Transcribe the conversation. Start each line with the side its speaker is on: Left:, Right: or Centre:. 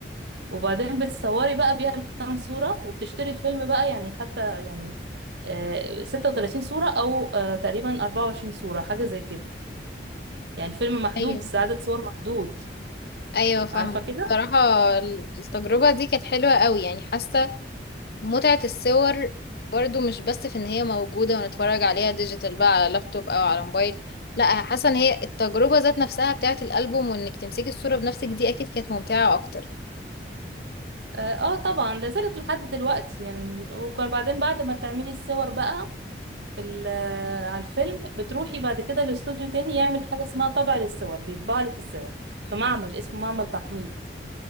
Right: وبعدين بتصوري بقى بيها كام صورة وبتشتري الفيلم بقى يعني حتى يعني آه، 36 صورة أو آه، تقريبا 24 صورة حاجة زي كده يعني الفيلم محدود
Left: ايوه
Right: عدد صور محدود
Left: ايوه فاهمه
Right: عارفة كده؟
Left: بصراحه ال- التجربه دي كانت حلوه قوي يعني حاسه متعه الصور برضو مش بس في ان هي موجوده ونتفرج عليها ديجيتال بقى على لابتوب او على موبايل لا حاسه ان هي التجربه ذات نفسها بتاعه الالبوم وانك تمسكي الصوره بنفسك دي اكيد كانت ممتعه اكتر
Right: اه آه، طبعا لازالت لحد دلوقتي يعني وكان بعدين بعد ما تعملي الصور بقى في ال- آه، على الفيلم بتروحي بعد كده لاستوديو تاني يعمل حاجة اسمها طبع للصور بيطبع لك الصور في معمل اسمه معمل تحميل